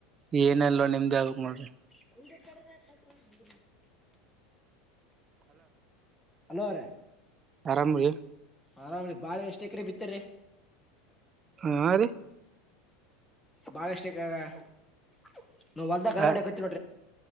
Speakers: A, on the right; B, in the centre.
A: ಏನಲ್ವ ನಿಮ್ದೇ ಹೇಳ್ಬೇಕ ನೋಡ್ರಿ.
B: <unintelligible> ಹಲೋ ಅವ್ರೆ.
A: ಆರಾಮ ರೀ.
B: ಆರಾಮ ರಿ ಬಾಳೆ ಎಷ್ಟ ಎಕರೆ ಬಿತ್ತರಿ.
A: ಹಾ ರೀ
B: ಬಾಳ ಎಷ್ಟ ಎಕ್ ಕ ಹೊಲದಾಗ್
A: ರೀ
B: ಗಳೇ ಹೊಡ್ಯಾಕತ್ತೆವ್